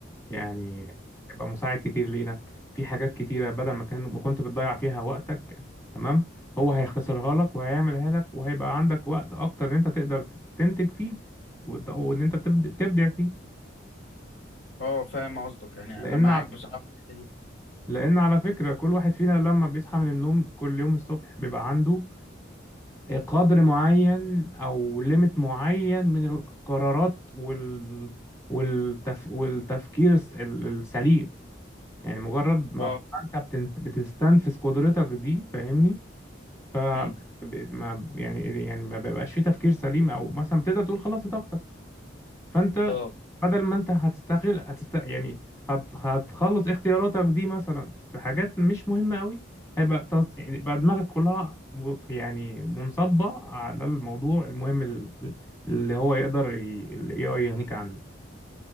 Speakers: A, on the left; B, on the left.
A: يعني هيبقى مساعد كتير لينا في حاجات كتيرة بدل ما كان ما كنت بتضيع فيها وقتك تمام هو هيختصرها لك وهيعملها لك وهيبقى عندك وقت أكتر إن أنت تقدر تنتج فيه وت- وإن أنت تبد- تبدع فيه
B: اه فاهم قصدك يعني
A: لأن
B: انا معاك
A: ع- بالظبط
B: بصراحه في الحته دي
A: لأن على فكرة كل واحد فينا لما بيصحى من النوم كل يوم الصبح بيبقى عنده قدر معين أو ليميت معين من القرارات وال والتف... والتفكير الس- ال- السليم يعني مجرد ما
B: اه
A: بقى انت بتنت- بتستنفذ قدرتك دي فاهمني ف
B: امم
A: ب- ما يعني يعني ما بيبقاش في تفكير سليم او مثلا تقدر تقول خلصت طاقتك فانت
B: طب
A: بدل ما انت هتستغل هتست يعني هت... هتخلص اختياراتك دي مثلا في حاجات مش مهمة قوي هيبقى تص... يعني بقى دماغك كلها م... يعني منصبة على الموضوع المهم ال- اللي هو يقدر ي... ال AI يغنيك عنه